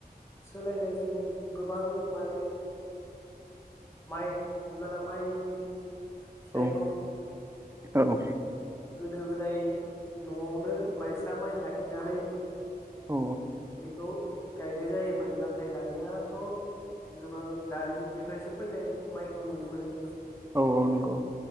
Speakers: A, on the left; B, on the right.
A: सोलायनायजों गोबां माने माइ हमना ला माइनि फिथाइखौ
B: औ औ।
A: गोदो गोदाय नआवनो माइसा माइ लाखिनानै
B: अ
A: बेखौ गायनाय जायोमोन नाथाय दानियाथ गोबां दारिमिननिफ्रायसो फैनाय माइखौ नुनो मोनो।
B: औ औ नंगौ